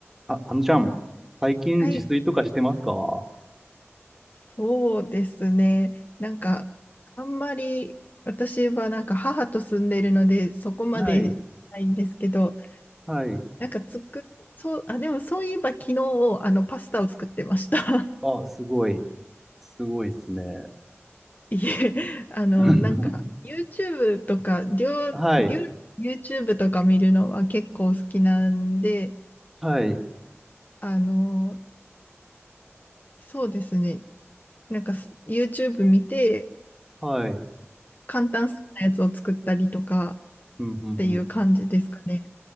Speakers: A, in the centre; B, on the left (about 40°).
A: あ、あのちゃん、最近自炊とかしてますかは
B: はい、そうですね。なんか、あんまり私はなんか母と住んでるので、そこまでないんですけど、
A: い。はい。はい。
B: なんかつく、そう、あ、でもそういえば昨日、あの、パスタを作ってました。
A: あ、すごい。すごいっすね。
B: <laughs> いえ、あの、
A: <laughs>
B: なんか、YouTube とか、りょうりょう
A: はい。
B: YouTube とか見るのは結構好きなんで、
A: はい。
B: あの、そうですね。なんか、YouTube 見て、
A: はい。うん、
B: 簡単そうなやつを作ったりとかっ
A: うん、うん。
B: ていう感じですかね。